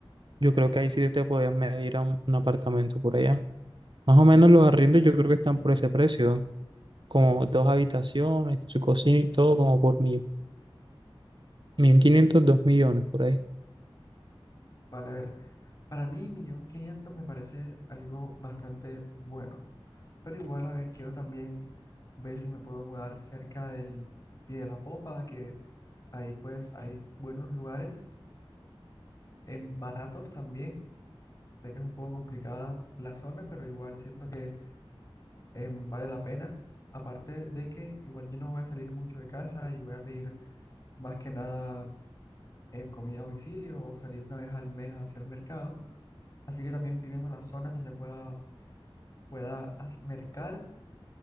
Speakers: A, on the right (about 55°); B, on the left (about 40°).
A: yo creo
B: sí,
A: que ahí sí te podías medir a un, un apartamento por allá. Más o menos los arriendos yo creo que están por ese precio, como dos habitaciones, su cocina y todo, como por 1.500, quinientos dos millones por ahí.
B: vale, a ver. Para mí, millón quinientos me parece algo bastante bueno. Pero igual, a ver, quiero también ver si me puedo mudar cerca del Pie de la Popa, que ahí pues hay buenos lugares, en baratos también. Sé que es un poco complicada la zona, pero igual siento que em, vale la pena. Aparte de que igual yo no voy a salir mucho de casa y voy a pedir más que nada eh, comida a domicilio o salir una vez al mes a hacer mercado. Así que también estoy viendo las zonas donde pueda, pueda as- mercar